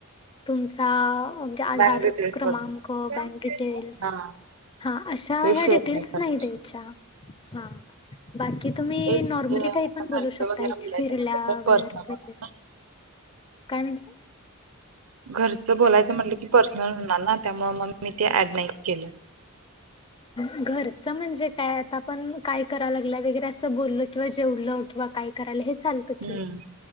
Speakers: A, on the left (about 20°); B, on the right (about 75°).
A: तुमचा म्हणजे आधार
B: बँक डिटेल्स
A: क्रमांक,
B: वगैरे
A: बँक डिटेल्स
B: हा
A: हा अशा
B: हे
A: ह्या
B: शेअर
A: डिटेल्स
B: करायचे
A: नाही द्यायच्या. हा बाकी तुम्ही
B: तेच
A: नॉर्मली
B: म्हणजे आता
A: काही पण बोलू
B: घरचं
A: शकताय
B: वगैरे बोलायचं
A: फिरल्या
B: म्हटलं तर
A: वर.
B: पर्सनल
A: काय म्हंटला?
B: घरचं बोलायचं म्हटलं की पर्सनल होणार ना त्यामुळे मग मी ते ऍड नाही केलं.
A: घरचं म्हणजे काय आता आपण काय कराव लागलंय वगैरे असं बोलल किंवा जेवलं किंवा काय. करायला हे चालतंय कि
B: हम्म